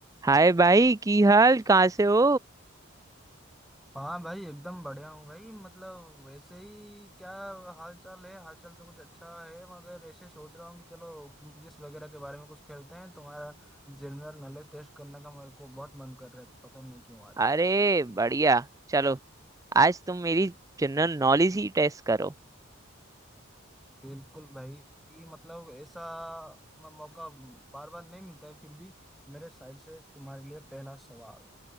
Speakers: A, on the right; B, in the centre.
A: हाय भाई की हाल कहाँ से हो
B: हाँ भाई एकदम बढ़िया हूँ भाई मतलब वैसे ही क्या हाल चाल है हाल चाल तो कुछ अच्छा है मगर ऐसे सोच रहा हूँ कि चलो क्विज़ वगैरह के बारे में कुछ खेलते हैं तुम्हारा जनरल नॉलेज टेस्ट करने का मेरे को बहुत मन कर रहा है पता नहीं क्यों आज
A: अरे बढ़िया चलो आज तुम मेरी जनरल नॉलेज ही टेस्ट करो
B: बिल्कुल भाई मतलब ऐसा म- मौका बार बार नहीं मिलता है फिर भी मेरे साइड से तुम्हारे लिए पहला सवाल